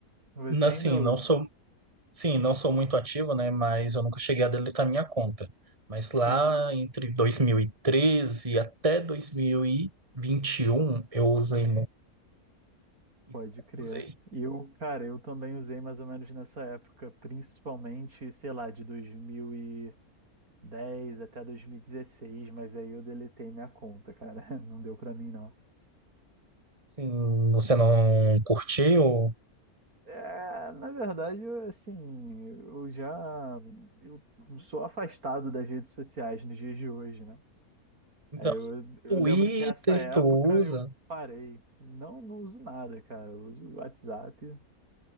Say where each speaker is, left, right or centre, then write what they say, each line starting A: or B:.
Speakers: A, on the right; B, on the right.
A: Você
B: Assim,
A: ainda usa?
B: não sou, sim, não sou muito ativo, né? Mas eu nunca cheguei a deletar minha conta. Mas lá
A: <laughs>
B: entre 2013 até dois mil e e vinte e um, eu usei e
A: Pode crer.
B: usei.
A: Eu, cara, eu também usei mais ou menos nessa época, principalmente, sei lá, de dois mil e 10 até 2016, mas aí eu deletei minha conta, cara. <laughs> Não deu pra mim, não.
B: Sim, você não curtiu?
A: É, na verdade, eu, assim, eu já eu sou afastado das redes sociais nos dias de hoje, né?
B: Então,
A: Aí eu, eu
B: Twitter
A: lembro que essa época
B: tu usa?
A: eu parei. Não, não uso nada, cara. Eu uso o WhatsApp